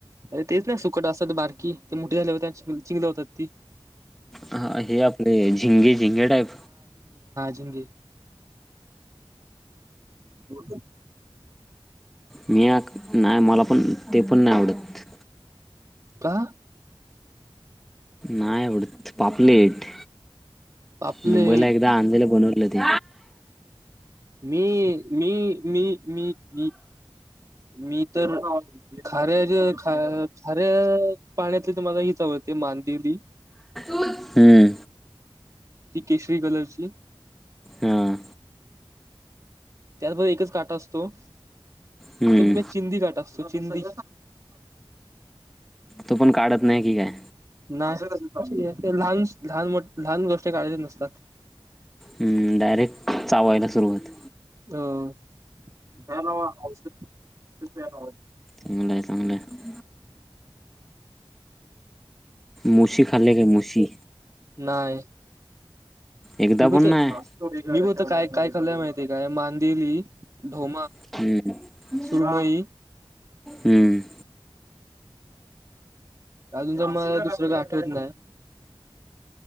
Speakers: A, on the right; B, in the centre.
A: अरे तेच नाही सुकट असतात बारकी ते मोठे झाले होते चिंगलं होतात ती
B: ह हे आपले झिंगे झिंगे टाईप
A: िी हो
B: मी नाही मला पण ते पण नाही आवडत
A: का
B: नाय उडत पापलेट
A: आपले
B: मुंबईला एकदा आंधेला बनवलं ते
A: मी मी मी मी मी तर खऱ्या ख खऱ्या पाण्यातले तर मला हीच आवडते मांदेली
B: हम्म
A: ती केशरी कलरची
B: हां
A: त्यातबर एकच काटा असतो
B: हम्म
A: तर बघ चिंदी काटा असतो चिंदी
B: तो पण काढत नाही की काय
A: नाही लहान लहान मोठ लहान गोष्टी काढज नसतात
B: हम्म डायरेक्ट चावायला सुरुवात
A: ह औषधऔध
B: चांगलं आहे चांगलं आहे मुसशी खा गे मुशी
A: नाहीय
B: एकदा पण
A: तवत
B: नाही
A: काय काय खल्य माहिती काय मांदेली ढो
B: हम्म
A: सुरुम
B: हम्म
A: अजून तर मला दुसरं का आठवत नाही